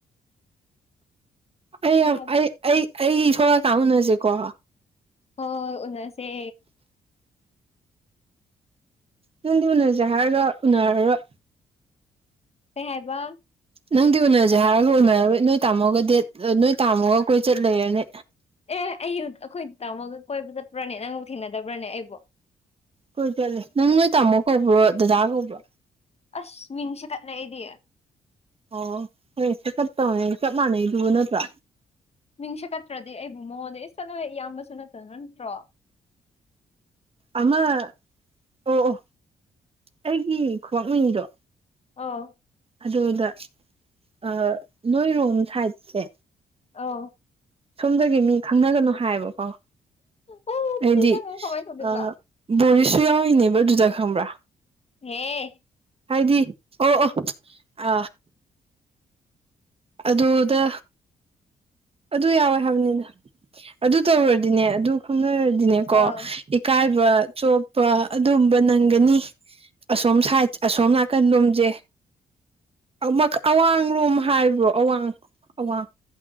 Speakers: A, on the right; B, on the left.
A: ꯑꯩ ꯌꯥꯝ
B: ꯀꯩ ꯍꯥꯏꯕ
A: ꯑꯩ ꯑꯩ ꯑꯩ ꯊꯣꯛꯂꯀ ꯎꯅꯁꯤꯀꯣ
B: ꯍꯣꯏ ꯎꯅꯁꯦ
A: ꯅꯪꯗꯤ ꯎꯅꯁꯦ ꯍꯥꯏꯔꯒ ꯎꯅꯔꯔꯣꯏ
B: ꯀꯩ ꯍꯥꯏꯕ
A: ꯅꯪꯗꯤ ꯎꯅꯔꯁꯦ ꯍꯥꯏꯔꯒ ꯎꯅꯔꯔꯣꯏ ꯅꯣꯏ ꯇꯥꯃꯣꯒ ꯗꯦꯠ ꯑ ꯅꯣꯏ ꯇꯥꯝꯃꯣꯒ ꯀꯣꯏ ꯆꯠ ꯂꯩꯔꯅꯤ
B: ꯑꯦ ꯑꯩ ꯑꯩꯈꯣꯏ ꯇꯝꯃꯒ ꯀꯣꯏꯕ ꯆꯠꯄ꯭ꯔꯅꯦ ꯅꯪꯕꯨ ꯊꯦꯡꯅꯗꯕ꯭ꯔꯅꯦ ꯑꯩꯕꯨ
A: ꯀꯣꯏ ꯆꯠꯂꯦ ꯅꯪ ꯅꯣꯏ ꯇꯥꯃꯣ ꯀꯧꯕ꯭ꯔꯣ ꯗꯗꯥ ꯀꯧꯕ꯭ꯔꯣ
B: ꯑꯁ ꯃꯤꯡ ꯁꯦꯀꯠꯂꯦ ꯑꯩꯗꯤ
A: ꯑꯣ ꯍꯣꯏ ꯁꯦꯠꯀꯠ ꯇꯧꯅꯤ ꯆꯞ ꯃꯥꯟꯅꯩꯗꯨꯕꯨ ꯅꯠꯇ꯭ꯔꯥ
B: ꯃꯤꯁꯀꯠꯇ꯭ꯔꯗꯤ ꯑꯩꯕꯨ ꯃꯉꯣꯟꯗ ꯏꯁ ꯆꯠꯂꯨ ꯍꯦ ꯏꯌꯥꯝꯕꯁꯨ ꯅꯠꯇꯅ ꯅꯠꯇ꯭ꯔꯣ
A: ꯑꯃ ꯑꯣ ꯑꯣ ꯑꯩꯒꯤ ꯈꯨꯋꯥꯛꯃꯤꯗꯣ
B: ꯑꯣ
A: ꯑꯗꯨꯗ ꯑꯥ ꯅꯣꯏꯔꯣꯝ ꯁꯥꯏꯠꯁꯦ
B: ꯑꯧ
A: ꯁꯣꯝꯗꯒꯤ ꯃꯤ ꯈꯪꯅꯒꯅꯨ ꯍꯥꯏꯌꯦꯕꯀꯣ
B: ꯑꯣ ꯑꯗꯨꯗꯤ
A: ꯑꯩꯗꯤ
B: ꯅꯪ ꯀꯃꯥꯏ ꯇꯧꯗꯣꯏꯕ
A: ꯑ ꯕꯣꯔꯤꯁ ꯁꯨ ꯌꯥꯎꯔꯤꯅꯦꯕ ꯑꯗꯨꯗ ꯈꯪꯕ꯭ꯔꯥ
B: ꯍꯦ
A: ꯍꯥꯏꯗꯤ ꯑꯣ ꯑꯣ ꯑ ꯑꯗꯨꯗ ꯑꯗꯨ ꯌꯥꯎꯋꯦ ꯍꯥꯏꯕꯅꯤꯅꯗ ꯑꯗꯨ ꯇꯧꯔꯨꯔꯗꯤꯅꯦ ꯑꯗꯨ ꯈꯪꯅꯔꯗꯤꯅꯦꯀꯣ
B: ꯑꯧ
A: ꯏꯀꯥꯏꯕ ꯆꯣꯞꯄ ꯑꯗꯨꯝꯕ ꯅꯪꯒꯅꯤ ꯑꯁꯣꯝ ꯁꯥꯏꯠ ꯑꯁꯣꯝ ꯅꯥꯀꯟ ꯔꯣꯝꯁꯦ ꯑꯝꯃ ꯑꯋꯥꯡꯡꯂꯣꯝ ꯍꯥꯏꯕ꯭ꯔꯣ ꯑꯋꯥꯡ ꯑꯋꯥꯡ